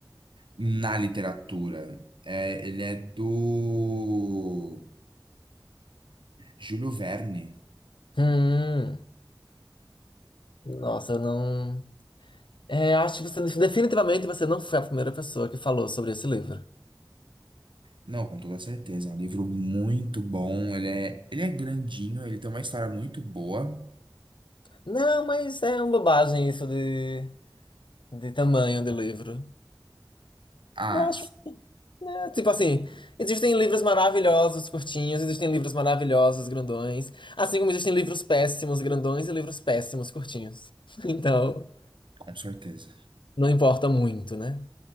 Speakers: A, on the right; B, on the left.
A: na literatura. É, ele é do Júlio Verne.
B: Hum. Nossa, eu não. É, acho que você definitivamente você não foi a primeira pessoa que falou sobre esse livro.
A: Não, com toda certeza, é um livro muito bom, ele é, ele é grandinho, ele tem uma história muito boa.
B: Não, mas é uma bobagem isso de, de tamanho de livro.
A: Ah,
B: Eu acho É, tipo assim, existem livros maravilhosos, curtinhos, existem livros maravilhosos, grandões, assim como existem livros péssimos, grandões e livros péssimos, curtinhos. <laughs> Então,
A: com certeza.
B: não importa muito, né?